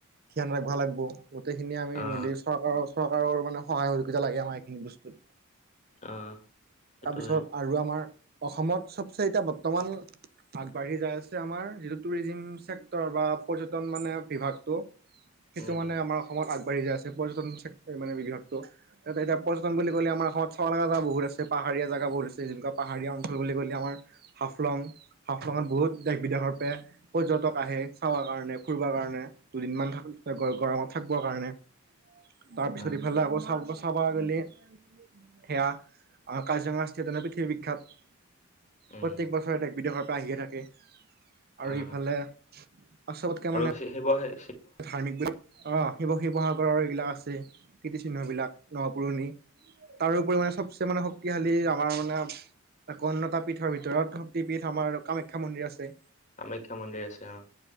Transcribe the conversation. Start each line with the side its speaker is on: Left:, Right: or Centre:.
Right: ধ্যান ৰাখিব লাগিব। গোটেইখিনিয়ে আমি
Left: অ
Right: মিলি চৰকাৰৰ চৰকাৰৰ মানে সহায় সহযোগিতা লাগে আমাৰ এইখিনি বস্তুত।
Left: অ সেইটো
Right: তাৰপিছত
Left: হয়
Right: আৰু আমাৰ অসমত চবচে এতিয়া বৰ্তমান আগবাঢ়ি যাই আছে আমাৰ যিটো টুৰিজিম চেক্টৰ বা পৰ্যটন মানে বিভাগ টো সেইটো
Left: উম
Right: মানে
Left: উম
Right: আমাৰ অসমত আগবাঢ়ি যায় আছে। পৰ্যটন চেক মানে বিভাগটো। তাতে এতিয়া পৰ্য্যটন বুলি ক'লে আমাৰ অসমত চাব লগা জেগা বহুত আছে, পাহাৰীয়া জেগা বহুত আছে। যেনেকুৱা পাহাৰীয়া অঞ্চল বুলি ক'লে আমাৰ হাফলং হাফলঙত বহুত দেশ বিদেশৰ পৰা পৰ্যটক আহে চাব কাৰণে, ফুৰিব কাৰণে। দুদিনমান থাক গ গৰমত থাকিব কাৰণে। তাৰপিছত
Left: অ
Right: ইফালে আকৌ চাব চাব চাব গ'লে সেয়া আ কাজিৰঙা ষ্টেট এনে পৃথিৱী বিখ্যাত।
Left: উম
Right: প্ৰত্যেক বছৰে দেশ বিদেশৰ পৰা আহিয়ে থাকে। আৰু
Left: অ
Right: এইফালে আ চবতকে মানে
Left: শি শিৱহে
Right: ধাৰ্মিক বুলি অঁ, শিৱ শিৱসাগৰৰ এইবিলাক আছে কীৰ্তিচিহ্ন বিলাক ন পুৰণি। তাৰোপৰি মানে চবচে মানে শক্তিশালী আ মাৰ মানে, এক অন্য এটা পীঠৰ ভিতৰত শক্তি পীঠ আমাৰ কামাখ্যা মন্দিৰ আছে।
Left: কামাখ্যা মন্দিৰ আছে অঁ।